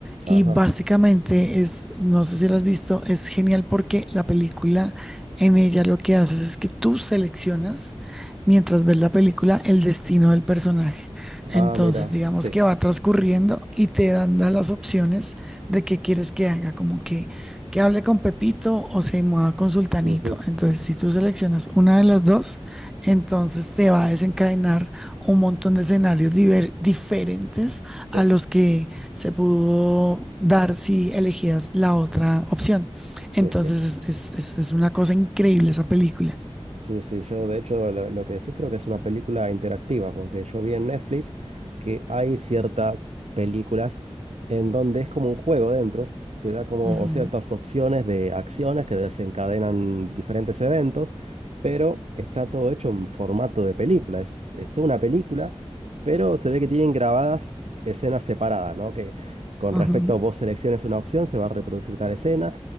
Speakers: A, in the centre; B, on the right.
A: y
B: ajá.
A: básicamente es, no sé si la has visto, es genial porque la película en ella lo que haces es que tú seleccionas mientras ves la película el destino del personaje.
B: Ah,
A: Entonces,
B: mira,
A: digamos
B: sí.
A: que va transcurriendo y te dan da las opciones de qué quieres que haga, como que, que hable con Pepito o se mueva con Sultanito.
B: Ujú,
A: Entonces, si tú seleccionas una de las dos, entonces te va a desencadenar un montón de escenarios diver- diferentes a
B: Sí,
A: los que se pudo dar si elegías la otra opción.
B: sí,
A: Entonces,
B: sí.
A: es, es- es- es una cosa increíble esa película.
B: Sí, sí, yo de hecho lo, lo que decís creo que es una película interactiva, porque yo vi en Netflix que hay ciertas películas en donde es como un juego dentro, te da como
A: Ujú,
B: ciertas opciones de acciones que desencadenan diferentes eventos, pero está todo hecho en formato de película, es, es toda una película, pero se ve que tienen grabadas escenas separadas, ¿no? Que con
A: ujú.
B: respecto a vos selecciones una opción, se va a reproducir tal escena